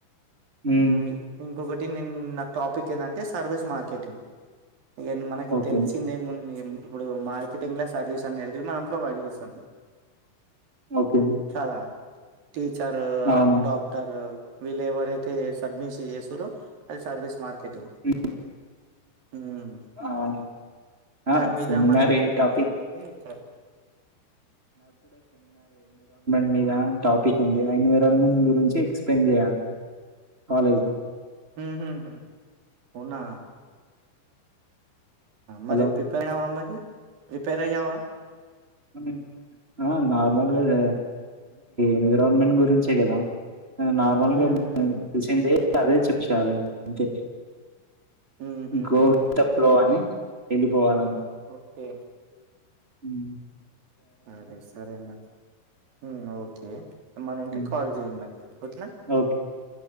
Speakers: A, on the right (about 20°); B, on the right (about 55°).
A: హ్మ్
B: మ్మ్ ఇంగొకటి నెన్ నా టాపిక్ ఏందంటే సర్వీస్ మార్కెటింగ్. ఇగ మనకి
A: ఓకే
B: తెలిసిందేముంది ఇప్పుడు మార్కెటింగ్ల సర్వీస్ అనేది మనం ప్రొవైడ్ చేస్తాము
A: ఓకే
B: కదా. టీచరు
A: అవును
B: డాక్టరు విళేవరయితే చె సద్మిష్ చేస్తురో అది సర్వీస్ మార్కెటింగ్.
A: హ్మ్.
B: మ్మ్
A: అవును ఆ
B: దాని మీద
A: సెమినార్
B: మనకి
A: ఏ
B: పి.
A: టాపిక్
B: పి. టీ అనేటిది ఇచ్చారు.
A: నీక్ బాగన్ టాపిక్ ఉందిగా ఎన్విరాన్మెంట్ గురించి ఎక్స్ప్లెయిన్ చేయాలి కాలేజ్ లో
B: హ్మ్ హు హు అవునా మరి
A: హలో
B: ప్రిపేర్ అయినవా మరి ప్రిపేర్ అయ్యావా?
A: నెన్ ఆఁ నార్మల్గా ద ఎన్విరాన్మెంట్ గురించే కదా నార్మల్గా
B: ఉమ్ ఉమ్
A: <inaudible> తెలిసిందే అదే చెప్పు చాలు ఇంక అంతే.
B: ఉమ్ హు
A: గోల్
B: హు హు
A: స్టెప్లో అని వెళ్ళిపోవాల
B: ఓకే
A: మ్
B: సరే సరే మరి మ్ ఓకే ఏమన్నుంటే
A: ఉమ్.
B: కాల్ చేయండి మళ్ళీ ఓకేనా
A: ఓకే